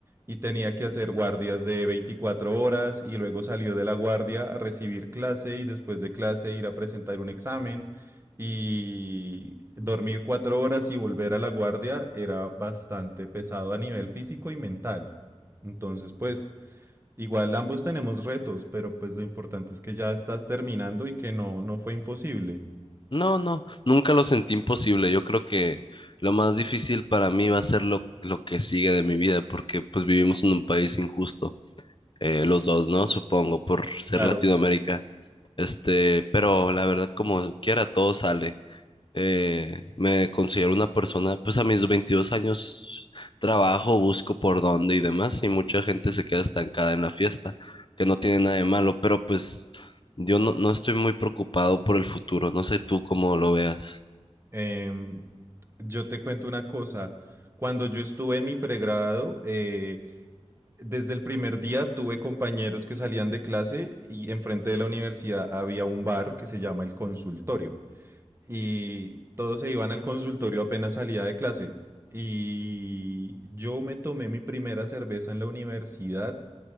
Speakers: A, on the right (about 25°); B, on the left (about 45°).
A: y tenía que hacer guardias de 24 horas y luego salir de la guardia a recibir clase y después de clase ir a presentar un examen y dormir cuatro horas y volver a la guardia era bastante pesado a nivel físico y mental. Entonces, pues, igual ambos tenemos retos, pero pues lo importante es que ya estás terminando y que no, no fue imposible.
B: no, no, nunca lo sentí imposible. Yo creo que lo más difícil para mí va a ser lo, lo que sigue de mi vida, porque pues vivimos en un país injusto, eh, los dos, ¿no? Supongo, por ser
A: Claro.
B: Latinoamérica. Este, pero la verdad, como quiera, todo sale. eh, me considero una persona, pues a mis 22 años trabajo, busco por dónde y demás, y mucha gente se queda estancada en la fiesta, que no tiene nada de malo, pero pues yo no, no estoy muy preocupado por el futuro, no sé tú cómo lo veas.
A: Em, yo te cuento una cosa. Cuando yo estuve en mi pregrado, eh, desde el primer día tuve compañeros que salían de clase y enfrente de la universidad había un bar que se llama el consultorio. Y todos se iban al consultorio apenas salía de clase. Y yo me tomé mi primera cerveza en la universidad